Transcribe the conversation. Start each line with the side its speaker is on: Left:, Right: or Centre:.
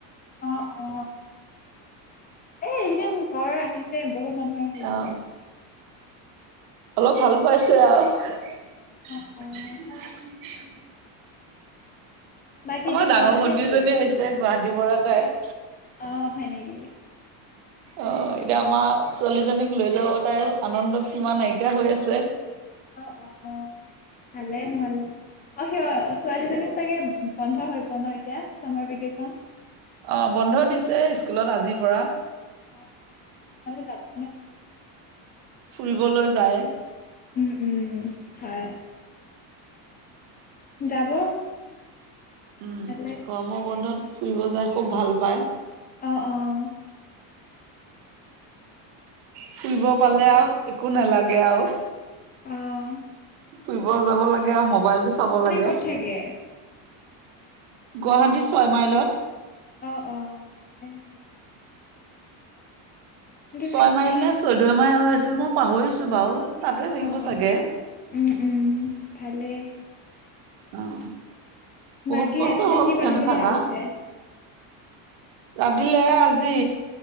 Left: অ অ এই এইকেইদিন জ্বৰ আহিছে। বহুত মানুহৰে হৈছে।
Right: অ অলপ ভাল পাইছে আৰু। <unintelligible>
Left: অ', অ', বাকী
Right: আমাৰ
Left: এতিয়া ঘৰতে
Right: ডাঙৰ ভন্টিজনী
Left: নেকি
Right: আহিছে গুৱাহাটী পৰা তাই
Left: অ', হয় নেকি
Right: আহ এতিয়া আমাৰ ছোৱালীজনীক লৈ যাব তাই আনন্দত সীমা নাইকীয়া হৈ আছে
Left: অ অ ভালে ভাল অ সি ছোৱালীজনীক চাগে বন্ধ হৈ পোৱা ন এতিয়া চামাৰ ভেকচন
Right: অ বন্ধ দিছে স্কুলত আজিৰ পৰা
Left: অ ভালে যাব কাৰণে ভাল হ'ব আৰু
Right: ফুৰিবলৈ যায়
Left: উম উম হয় যাব
Right: উম
Left: ভালে
Right: গৰমৰ বন্ধত ফুৰিব যায় খুব ভাল পায়
Left: অঁ অঁ
Right: ফুৰিব পালে আৰু একো নালাগে আৰু।
Left: আহ
Right: ফুৰিব যাব লাগে আও, মবাইলটো চাব লাগে
Left: ক'ত থাকে
Right: গুৱাহাটী ছয় মাইলত।
Left: অঁ, অঁ ভালে ভালে।
Right: ছয়
Left: থাকে
Right: মাইল
Left: চাগে
Right: নে, চৈধ্য মাইল আছিল মই পাহৰিছোঁ বাৰু। তাতে থাকিব
Left: অ
Right: চাগে।
Left: অ উম উম ভালেই
Right: অঁ বহুত
Left: বাকী
Right: বছৰ
Left: ৰাতিলে
Right: হ'ল
Left: কি
Right: সিহঁতে
Left: বনাম বুলি
Right: থাকা
Left: ভাবিছে
Right: তাত্‌ দিলে আজি